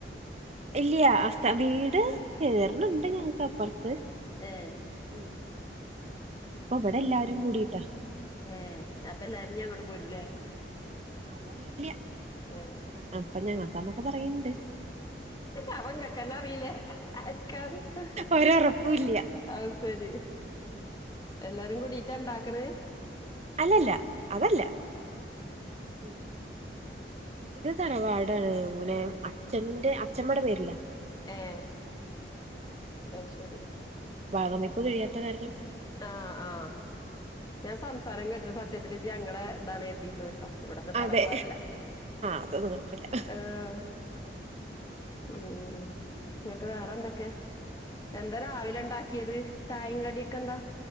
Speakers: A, on the right; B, on the left.
A: ഇല്യാ വീട് കേയറണണ്ട് ഞങ്ങക്ക് അപ്പറത്ത്.
B: ഏഹ്
A: മ്മ് ഇപ്പബടെ എല്ലാരും കൂടീട്ടാ.
B: ഏഹ് അപ്പല്ലാരുഞ്ഞ് അങ്ങ്ട്ടും പോരുലേ
A: അതറിയില്ല്യ
B: ഏ
A: ഞ അപ്പ ഞങ്ങക്കന്നൊക്കെ പറയ്ണ്ട്.
B: അപ്പ ഇങ്ങക്കെന്നെ അറീലേ ആര്ക്കാന്ന്
A: ഒരൊറപ്പുല്ല
B: അത് സെരി എല്ലാരും കൂടിട്ടാ ഇണ്ടാക്ക്ണേ?
A: അല്ലല്ല അതല്ല ഉം ഇത് തറവാടാണ് തോന്നുന്നേ അച്ഛന്റെ അച്ഛമ്മടെ പേരില.
B: ഏഹ് അത് ശരി.
A: ഭാഗം വെപ്പ് കഴിയാത്ത കാരണം.
B: ആഹ് ആഹ് ഞാൻ സംസാരം കേട്ടിട്ട് സത്യത്തില് ഇജ്ജ് ഞങ്ങളെ ഇതാണ്ര്തീക്ക്ണ് ട്ടോ ഇവടത് പറയാം
A: അതെ
B: പാടില്ല
A: അതൊന്നും കുഴപ്പല്ല
B: ആഹ്
A: ആഹ്
B: മ്മ് മ്മ് മ്മ് ഇന്നട്ട് വേറെ എന്തൊക്കെ എന്താ രാവിലെ ഇണ്ടാക്കിയത് ചായിം കടിയൊക്കെന്താ?